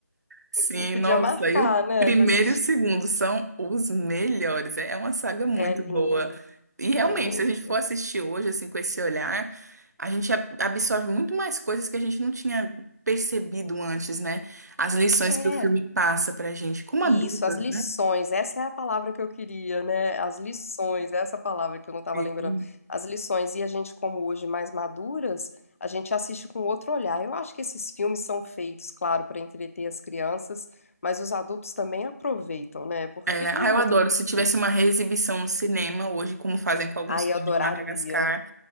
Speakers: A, on the right (about 75°); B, on the left (about 55°).
A: Sim,
B: A gente podia
A: nossa,
B: marcar,
A: e o
B: né,
A: primeiro
B: de assistir.
A: e o segundo são os melhores. É uma saga muito
B: É lindo,
A: boa. E realmente,
B: é muito.
A: se a gente for assistir hoje, assim, com esse olhar, a gente ab- absorve muito mais coisas que a gente não tinha percebido antes, né? As lições
B: É.
A: que o filme passa pra gente, como adultas,
B: Isso, as lições,
A: né?
B: essa é a palavra que eu queria, né? As lições, essa é palavra que eu não estava
A: Sim.
B: lembrando. As lições, e a gente, como hoje mais maduras, a gente assiste com outro olhar. Eu acho que esses filmes são feitos, claro, para entreter as crianças, mas os adultos também aproveitam, né? Porque
A: É, ah,
B: é
A: eu
B: muito
A: adoro. Se tivesse
B: gostoso.
A: uma reexibição no cinema hoje, como fazem com alguns
B: Ai,
A: filmes
B: eu adoraria.
A: de Madagascar.